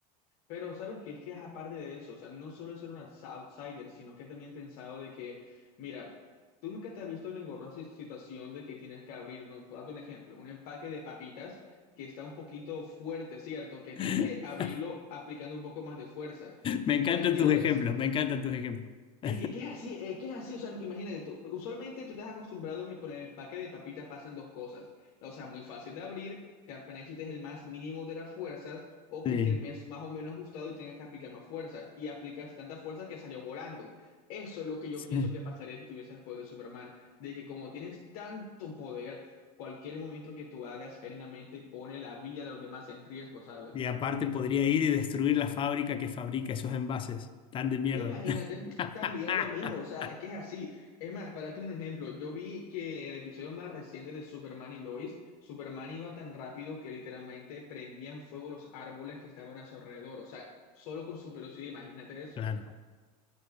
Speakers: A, on the left; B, on the left.
A: Pero sabes que es que es aparte de eso, o sea, no solo ser un outs- outsider, sino que también he pensado de que, mira, tú nunca te has visto en la engorrosa si, situación de que tienes que abrir, no, por darte un ejemplo, un empaque de papitas que está un poquito fuerte, ¿cierto? Que
B: <laughs>
A: tienes que abrirlo aplicando un poco más de fuerza
B: Me
A: y
B: encantan
A: te da miedo
B: tus ejemplos,
A: de
B: me encantan tus ejemplos. <laughs>
A: Es, es que es así, es que es así, o sea, imagínate, tú- usualmente tú te has acostumbrado que con el empaque de papitas pasen dos cosas, o sea, muy fácil de abrir, que apenas hiciste el más mínimo de las fuerzas, o
B: Sí.
A: que esté mes- más o menos ajustado y tengas que aplicar más fuerza, y aplicaste tanta fuerza que salió volando. Eso es lo que yo
B: sí.
A: pienso que pasaría si tuvieses el poder de Superman, de que como tienes tanto poder, cualquier movimiento que tú hagas genuinamente pone la vida de los demás en riesgo, ¿sabes?
B: Y aparte podría ir y destruir la fábrica que fabrica esos envases tan de mierda.
A: Imagínate
B: <laughs>
A: también lo mismo, o sea, es que es así. Es más, para darte un ejemplo, yo vi que en el episodio más reciente de Superman y Lois, Superman iba tan rápido que literalmente prendían fuego los árboles que estaban a su alrededor, o sea, solo con su velocidad, imagínate eso.
B: Claro,